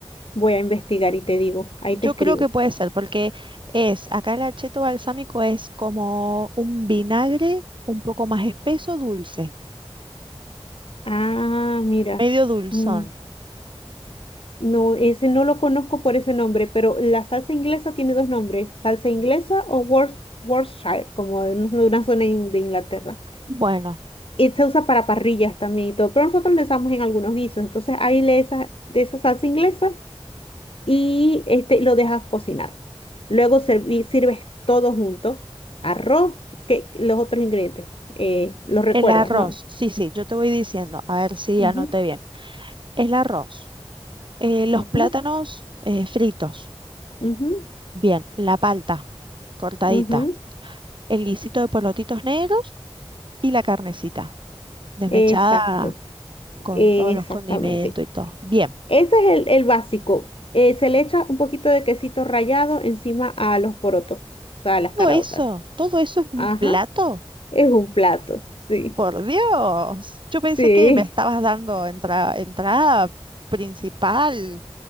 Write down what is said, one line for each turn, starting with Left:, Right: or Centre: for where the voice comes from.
Left: Voy a investigar y te digo, ahí
Right: Yo
Left: te escribo.
Right: creo que puede ser, porque es, acá el acheto balsámico es como un vinagre un poco más espeso, dulce,
Left: Ah, mira.
Right: medio dulzón.
Left: mm, No, ese no lo conozco por ese nombre, pero la salsa inglesa tiene dos nombres, salsa inglesa o Worc- Worcestershire, como de un- de una zona in- de Inglaterra.
Right: Bueno,
Left: Y se usa para parrillas también y todo, pero nosotros le usamos en algunos guisos. Entonces ahí le esa, de esa salsa inglesa y este, lo dejas cocinar. Luego serví- sirves todo junto, arroz, que, los otros ingredientes. eh, los recuerdas,
Right: el arroz,
Left: ¿no?
Right: sí, sí, yo te voy diciendo, a ver si
Left: Ujú,
Right: anoté bien. El arroz. Eh, los
Left: ujú.
Right: plátanos eh, fritos.
Left: Ujú,
Right: Bien, la palta cortadita.
Left: ujú,
Right: El guisito de porotitos negros y la carnecita desmechada
Left: Exacto,
Right: con
Left: eh,
Right: todos
Left: exactamente.
Right: los condimentos y todo. Bien,
Left: Ese es el, el básico. Eh, se le echa un poquito de quesito rallado encima a los porotos, o sea, a las
Right: todo
Left: caraotas.
Right: eso, todo eso es un
Left: Ajá,
Right: plato.
Left: es un plato, sí,
Right: Por Dios, yo
Left: sí.
Right: pensé que me estabas dando entra- entrada principal.